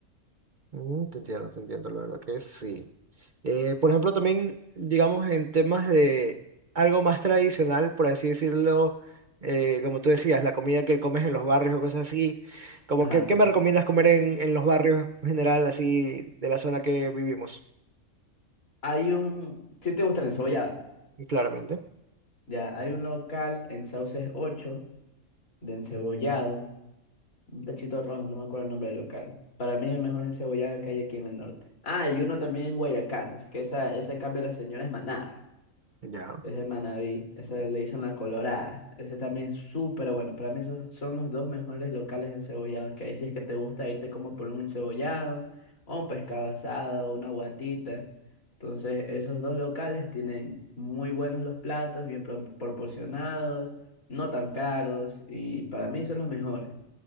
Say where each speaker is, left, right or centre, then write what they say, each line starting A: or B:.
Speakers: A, on the right; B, on the left.
A: Mm, te entiendo, te entiendo, la verdad que sí. Eh, por ejemplo, también, digamos, en temas de algo más tradicional, por así decirlo, eh, como tú decías, la comida que comes en los barrios o cosas así, como
B: Ajá.
A: que, ¿qué me recomiendas comer en, en los barrios en general, así, de la zona que vivimos?
B: Hay un, si te gusta el encebollado,
A: Y Claramente.
B: ya, hay un local en Sauces ocho de encebollado, un tachito rojo, no me acuerdo el nombre del local. Para mí es el mejor encebollado que hay aquí en el norte. Ah, y uno también en Guayacán, es que esa, esa en cambio la señora es manada.
A: Ya.
B: Es de Manaví, esa le dicen la Colorada. Ese también es súper bueno. Para mí esos son los dos mejores locales de encebollado que hay. Si es que te gusta irte como por un encebollado, o un pescado asado, una guatita. Entonces, esos dos locales tienen muy buenos los platos, bien pro- proporcionados, no tan caros, y para mí son los mejores.